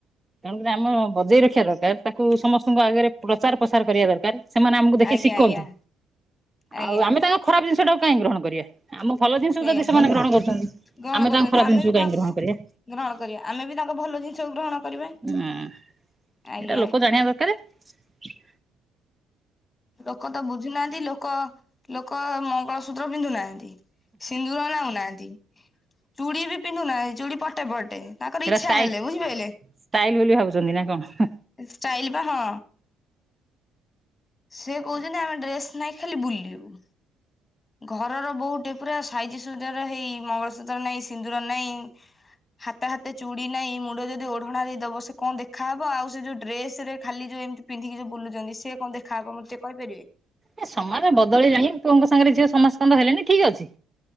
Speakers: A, on the right; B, on the left.
A: ତେଣୁକରି ଆମ ବଜେଇ ରଖିବା ଦରକାର ତାକୁ ସମସ୍ତଙ୍କ ଆଗରେ ପ୍ରଚାର ପ୍ରସାର କରିବା ଦରକାର। ସେମାନେ ଆମକୁ ଦେଖି
B: ଆଜ୍ଞା
A: ଶିଖନ୍ତୁ।
B: ଆଜ୍ଞା ଆଜ୍ଞା
A: ଆଉ ଆମେ ତାଙ୍କ ଖରାପ ଜିନିଷ ଟାକୁ କାହିଁକି ଗ୍ରହଣ କରିବା। ଆମ ଭଲ ଜିନିଷକୁ
B: ସେଇଆ
A: ଯଦି ସେମାନେ ଗ୍ରହଣ କରୁଛନ୍ତି।
B: ଗ୍ରହଣ
A: ଆମେ
B: କରୁଛନ୍ତି
A: ତାଙ୍କ ଖରାପ ଜିନିଷକୁ
B: ବି
A: କାହିଁକି
B: ତା
A: ଗ୍ରହଣ କରିବା।
B: ଗ୍ରହଣ କରିବା ଆମେ ବି ତାଙ୍କ ଭଲ ଜିନିଷକୁ ଗ୍ରହଣ କରିବା
A: ହୁଁ ସେଟା
B: ଆଜ୍ଞା।
A: ଲୋକ ଜାଣିବା ଦରକାର। ହ
B: ଲୋକ ତ ବୁଝୁନାହାନ୍ତି ଲୋକ ଲୋକ ମଙ୍ଗଳସୂତ୍ର ପିନ୍ଧୁ ନାହାନ୍ତି। ସିନ୍ଦୁର ନାଉନାହାନ୍ତି ଚୁଡି ବି ପିନ୍ଧୁନାହାନ୍ତି। ଚୁଡ଼ି ପଟେ ପଟେ ତାଙ୍କର
A: ଏଟା
B: ଇଚ୍ଛା
A: ଷ୍ଟାଇ
B: ହେଲେ ବୁଝିପାରିଲେ?
A: ଷ୍ଟାଇଲ ବୋଲି ଭାବୁଛନ୍ତି ନା କଣ?
B: ଷ୍ଟାଇଲ ବା ହଁ ସେ କହୁଛନ୍ତି ଆମେ ଡ୍ରେସ ନାଇଁ ଖାଲି ବୁଲିବୁ। ଘରର ବୋହୁଟେ ପୁରା ସାଇଜି ସୁଜର ହେଇ ମଙ୍ଗଳସୂତ୍ର ନାଇଁ ସିନ୍ଦୁର ନାଇଁ ହାତେ ହାତେ ଚୁଡି ନାଇଁ ମୁଣ୍ଡ ଯଦି ଓଢଣା ଦେଇଦବ ସେ କଣ ଦେଖାହବ ଆଉ ସେ ଯୋଉ ଡ୍ରେସ ରେ ଖାଲି ଯୋଉ ଏମିତି ପିନ୍ଧିକି ଯୋଉ ବୁଲୁଛନ୍ତି ସେ କଣ ଦେଖାହବ ମୋତେ ଟିକେ କହିପାରିବେ?
A: ଏ ସମାଜ ବଦଳିଲାଣି ପୁଅଙ୍କ ସାଙ୍ଗରେ ଝିଅ ସମସ୍କନ୍ଦ ହେଲେଣିି ଠିକ ଅଛି।